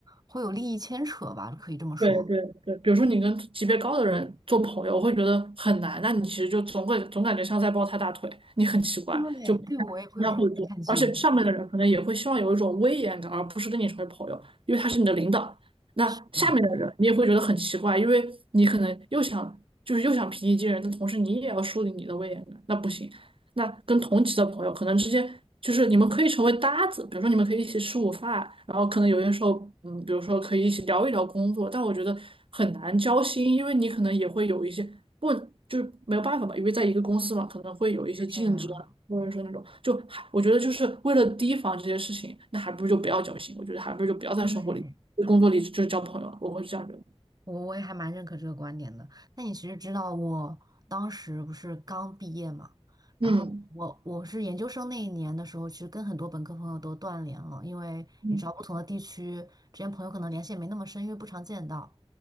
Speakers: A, on the right; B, on the right.
A: 会有利益牵扯吧，可以这么说。
B: 对对对，比如说你跟级别高的人做朋友，我会觉得很难，那你其实就总会总感觉像在抱他大腿，你很奇怪，
A: 对，
B: 就不太不太会做，
A: 对我也会有这种感觉，
B: 而且上面的人可能也会希望有一种威严感，而不是跟你成为朋友，因为他是你的领导。那下面的人你也会觉得很奇怪，
A: 是的，
B: 因为你可能又想就是又想平易近人，但同时你也要树立你的威严感，那不行。那跟同级的朋友可能之间就是你们可以成为搭子，比如说你们可以一起吃午饭，然后可能有些时候，嗯，比如说可以一起聊一聊工作，但我觉得很难交心，因为你可能也会有一些不就是没有办法吧，因为在一个公司嘛，可能会有一些竞争啊或者说那种就还我觉得就是为了提防这些事情，
A: 是这样。
B: 那还不如就不要交心，我觉得还不如就不要在生活里、
A: 对，
B: 工作里就是交朋友啊，我会这样觉得。
A: 我我也还蛮认可这个观点的。那你其实知道，我当时不是刚毕业嘛，然后我我是研究生那一年的时候，
B: 嗯，
A: 其实跟很多本科朋友都断联了，因为你知道，
B: 嗯，
A: 不同的地区之间朋友可能联系也没那么深，因为不常见到。